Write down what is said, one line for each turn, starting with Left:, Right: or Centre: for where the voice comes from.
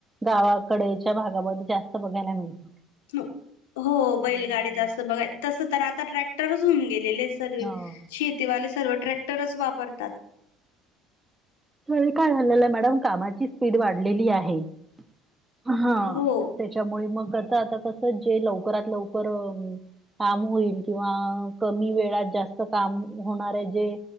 Right: गावाकडेच्या भागामध्ये जास्त बघायला मिळते.
Left: नो हो बैलगाडी
Right: आणि
Left: जास्त बघाय तसं तर आता ट्रॅक्टरच होऊन गेलेलेस तरी
Right: हो.
Left: शेतीवाले सर्व ट्रॅक्टरच वापरतात.
Right: <unintelligible> काय झालेलं मॅडम कामाची स्पीड वाढलेली आहे हा.
Left: हो
Right: च्यामुळे मग आता कसं जे लवकरात लवकर उम्म काम होईल किंवा कमी वेळात जास्त काम होणारे जे